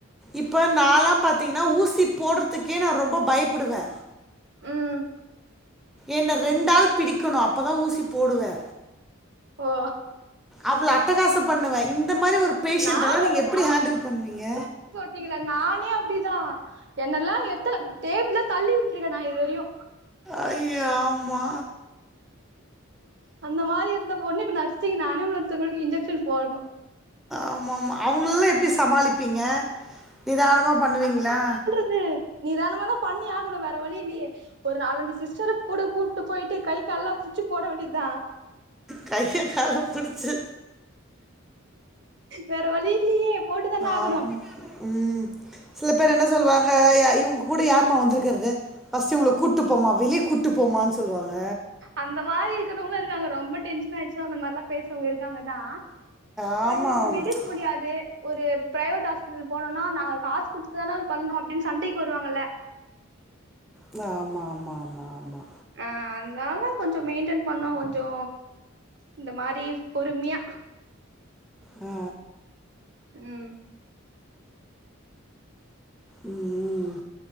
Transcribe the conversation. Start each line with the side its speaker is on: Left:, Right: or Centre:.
Centre: இப்ப நாலா பாத்தீங்கன்னா ஊசி போட்றதுக்கே நா ரொம்ப பயபுடுவே
Right: ம்
Centre: என்ன ரெண்டாள் பிடிக்கணு அப்பதா ஊசி போடுவே
Right: ஓ
Centre: அவ்ளோ அட்டகாசோ பண்ணுவே இந்த மாதிரி ஒரு பேஷன்ட்ட
Right: நானே
Centre: எல்லா நீங்க எப்டி ஹேண்டில் பண்ணுவீங்க
Right: இதுல நானே அப்டிதான் என்னெல்லா எத்தன டேபிள் தள்ளி விட்டுருக்கே நா இதுவரியு
Centre: ஐயோ ஆமா
Right: அந்த மாதிரி இருந்த பொண்ணு இப்ப நர்ஸிங் நானேன்னொருத்தங்களுக்கு இன்ஜெக்ஷன் போட்ணு
Centre: ஆமாம்மா அவ்ங்கள ல்லாம் எப்டி சமாளிப்பீங்க நிதானமா பண்ணுவீங்களா
Right: து நிதானமா தா பண்ணி ஆகணு வேற வழியில்லியே ஒரு நாலஞ்சு சிஸ்டர கூட கூப்ட்டு போயிட்டு கை கால ல்லாம் புட்ச்சி போட வேண்டியது தா
Centre: கைய கால புடிச்சு
Right: வேற வழி இல்லியே போட்டுதான ஆகணு
Centre: ஆமாம் ம் சில பேர் என்ன சொல்வாங்க இவ்ங்க கூட யாருமா
Right: ம்
Centre: வந்த்ருக்றது ஃபஸ்ட்டு இவங்கள கூட்டு போம்மா வெளிய கூட்டு போமான்னு சொல்லுவாங்க
Right: அந்த மாரி இருக்குறவங்களு இருக்காங்க ரொம்ப டென்ஷன் ஆயிடுச்சுன்னா அந்த மாரி எலா பேசுறவ்ங்க இருக்காங்க தா‌
Centre: ஆமாம்
Right: பட் நம்ம
Centre: ஆமாம்
Right: விடுக்க முடியாது ஒரு ப்ரைவேட் ஆஸ்பிட்டல் போனானா நாங்க காசு குடுத்துதான பண்றோ அப்டின்னு சண்டக்கி வருவாங்கல்ல
Centre: ன்ன ஆமா ஆமா ஆமா ஆமா
Right: ஆ அத்னால கொஞ்சோ மெயின்டென் பண்ணோம் கொஞ்சோ இந்த மாதிரி பொறுமிய்யா
Centre: ஆ
Right: ம்
Centre: ம்